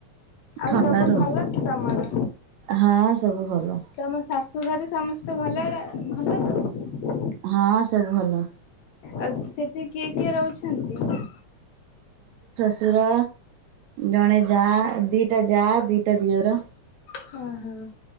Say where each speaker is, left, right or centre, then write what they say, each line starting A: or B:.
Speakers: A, on the left; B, on the right.
A: ଆଉ
B: ଥଣ୍ଡାରୁ
A: ସବୁ ଭଲଛି ତମର
B: ହଁ ସବୁ ଭଲ
A: ତମ ଶାଶୁଘରେ ସମସ୍ତେ ଭଲରେ ଭଲ ତ?
B: ହଁ ସବୁ ଭଲ
A: ଆଉ ସେଠି କିଏ କିଏ ରହୁଛନ୍ତି?
B: ସୁର ଜଣେ ଯା ଦିଟା ଯା ଦିଟା ଦିଅର
A: ହଁ ହୋ